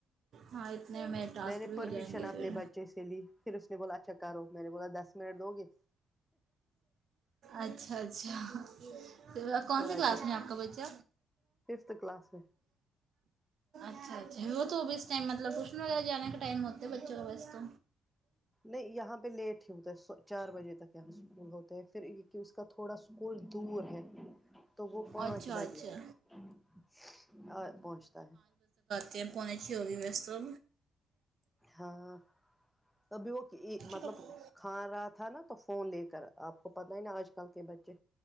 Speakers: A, on the right; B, in the centre.
A: ہاں اتنے میرے ٹاسک
B: میں نے
A: بھی
B: پرمیشن
A: ہو جائیں گے
B: اپنے
A: پھر
B: بچے سے لی پھر اس نے بولا اچھا کرو میں نے بولا دس منٹ دو گے
A: اچھا اچھا کون
B: بولا
A: سی کلاس
B: اچھا
A: میں ہے آپ کا بچہ
B: ففتھ کلاس
A: اچھا اچھا وہ تو اب اس ٹائم مطلب ٹوشن وغیرہ جانے کا ٹائم ہوتے ہے بچوں کا بس تو
B: نہیں یہاں پہ لیٹ ہی ہوتا ہے چار بجے تک یہاں اسکول ہوتا ہے پھر اسکو اس کا تھوڑا اسکول دور ہے تو وہ پانچ
A: اچھا
B: بجے
A: اچھا
B: اور پہنچتا ہے
A: کہ پہنے چھ ہوگے سو
B: ہاں ابھی وہ مطلب
A: تو اب
B: کھا رہا تھا نا تو فون لے کر آپ کو پتا ہی نا آج کل کے بچے